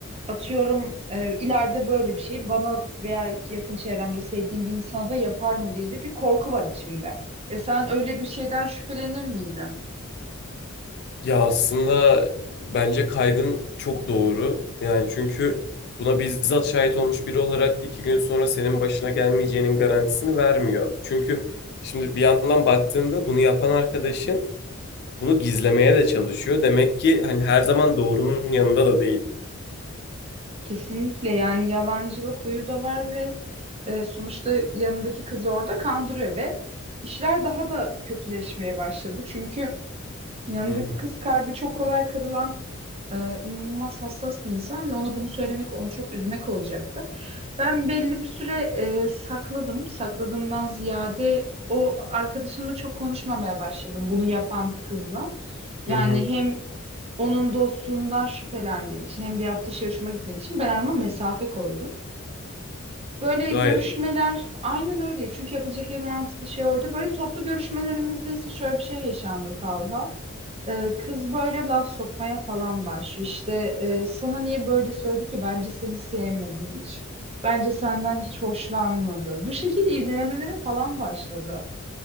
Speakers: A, on the right; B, on the left.
A: atıyorum e, ileride böyle bir şey bana veya yakın çevremde sevdiğim bir insana da yapar mı diye de bir korku var içimde. Ya sen öyle bir şeyden şüphelenir miydin?
B: Ya aslında bence kaygın çok doğru. Yani çünkü buna bizzat şahit olmuş biri olarak iki gün sonra senin başına gelmeyeceğinin garantisini vermiyor. Çünkü şimdi bir yandan baktığında bunu yapan arkadaşın bunu gizlemeye de çalışıyor. Demek ki hani her zaman doğrunun yanında da değil.
A: Kesinlikle yani yalancılık huyu da var ve e, sonuçta yanındaki kızı orada kandırıyor ve işler daha da kötüleşmeye başladı. Çünkü Yanındaki
B: Hı hı,
A: kız kalbi çok kolay kırılan e, inanılmaz hassas bir insan ve ona bunu söylemek onu çok üzmek olacaktı. Ben belli bir süre e, sakladım. Sakladığımdan ziyade o arkadaşımla çok konuşmamaya başladım bunu yapan kızla. Yani
B: hı hı.
A: hem onun dostluğundan şüphelendiğim için hem de yaptığı şey hoşuma gitmediği için ben arama mesafe koydum. Böyle
B: Gayet.
A: görüşmeler aynen öyle. Çünkü yapılacak en mantıklı şey oydu. Böyle toplu görüşmelerimizde ise şöyle bir şey yaşandı Talha. Ee, kız böyle laf sokmaya falan başlıyor. İşte e, sana niye böyle söyledi ki? Bence seni sevmedi hiç. Bence senden hiç hoşlanmadı. Bu şekil iğnelemelere falan başladı.